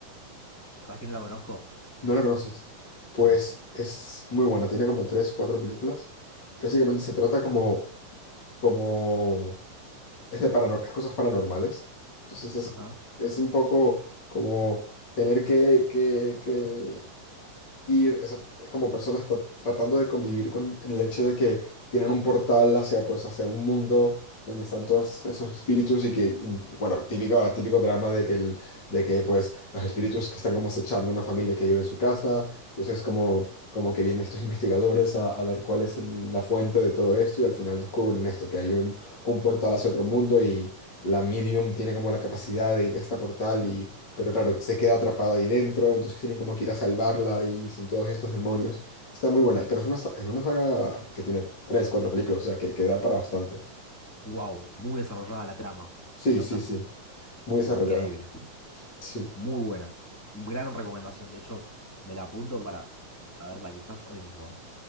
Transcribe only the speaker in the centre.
¿Sabes que no la conozco?
No.
Ajá.
Wow, muy desarrollada la trama.
Se nota.
Increíble.
Muy buena. Gran recomendación. De hecho, me la apunto para verla quizás hoy mismo.